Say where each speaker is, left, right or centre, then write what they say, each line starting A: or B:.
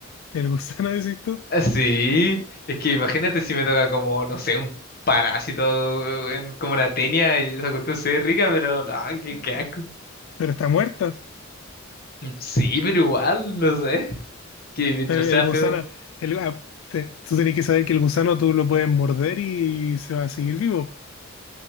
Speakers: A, on the left; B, on the left.
A: El gusano, <laughs> decís tú,
B: Ah, Sí, es que imagínate si me toca como, no sé, un parásito eh, en, como una tenia y esa cuestión se ve rica, pero no, qué, qué asco.
A: pero está muerto.
B: Mm, Sí, pero igual, no sé. Que mientras
A: Pero el
B: sea
A: gusano,
B: feo.
A: el, ah, te- tú tenés que saber que el gusano tú lo puedes morder y, se va a seguir vivo.